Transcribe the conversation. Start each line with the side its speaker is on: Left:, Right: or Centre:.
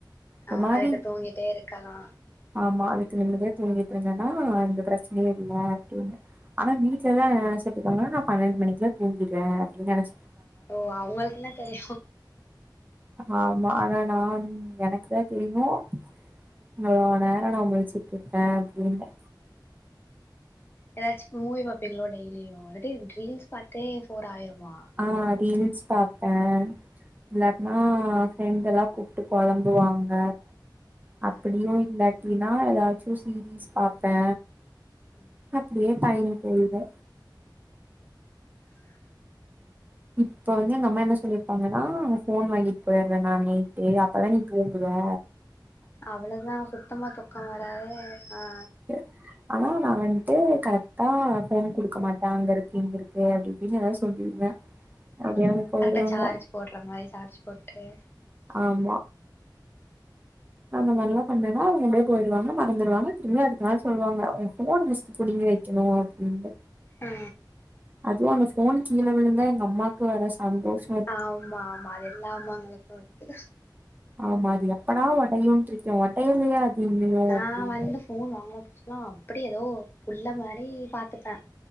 Left: ஆ
Right: ஒரு மாரி
Left: அதுக்கு தூங்கிட்டே இருக்கலா
Right: ஆமா அதுக்கு நிம்மதியா தூங்கிட்டு இருந்தேன்னா எந்த பிரச்சனயு இல்ல அப்டின்னு ஆனா வீட்லதா என்ன நெனச்சிட்டு இருக்காங்கன நான் பன்னெண்டு மணிக்குல தூங்கிறே நெனச்
Left: ஓ அவங்களுக்குன தெரிய
Right: ஆமா ஆனா நா எனக்குதா தெரியு <unintelligible> நேர நா முழிச்சுட்டு இருப்பே அப்டின்னு
Left: ஏதாச்சு மூவி பாப்பீங்களே டெய்லியு இல்லடி டீரில்ஸ் பாத்தே ஃபோர் ஆயிருமா
Right: ஆ ரீல்ஸ் பாப்பே இல்லாட்டனா ஃப்ரெண்ட எல்லா கூப்ட்டு பொழம்புவாங்க அப்டியு
Left: ஆ
Right: இல்லாடினா ஏதாச்சு சீரீஸ் பாப்பே
Left: ஆ
Right: அப்டியே டைம் பொய்ரு
Left: ஆ
Right: இப்ப வந்து எங்க அம்மா என்ன சொல்லிருக்காங்கன்னா ஃபோன் வாங்கிட்டு போயிறே நா நைட்டு அப்பதா நீ தூங்குவே
Left: அவ்ளதா சுத்தமாக துக்கம் வராது ஆ
Right: <unintelligible> ஆனா நா வந்துட்டு கரெக்ட்டா ஃபோன் கொடுக்க மாட்டே அங்க இருக்கு இங்க இருக்கு அப்டி இப்டின்னு எதாவது சொல்லிருவே அப்டியே
Left: ஆ
Right: அவங்க போயிடுவாங்க
Left: கரெக்டா சார்ஜ் போடுற மாரி சார்ஜ் போட்டு
Right: ஆமா அந்த மாதிரிலா பண்ணேன்னா அவுங்க அப்டியே போயிடுவாங்க மறந்துடுவாங்க திரும்பி அதுக்குனால சொல்லுவாங்க ஃபோன பஸ்ட்டு புடுங்கி வக்கனு அப்டின்ட்டு
Left: ஆ
Right: அதுவு அந்த ஃபோன் கீழ விழுந்தா எங்க அம்மாக்கு வர சந்தோஷ
Left: ஆமா ஆமா அது எல்லா அம்மாங்களுக்கு இருக்கு
Right: ஆமா அது எப்படா ஒடயுன்ருக்கே ஒடயலயா அது இன்னு
Left: நா
Right: அப்டின்னு
Left: வந்து ஃபோன் வாங்குன புதுசெல்லா அப்டி ஏதோ புள்ள மாரி பாத்துப்பே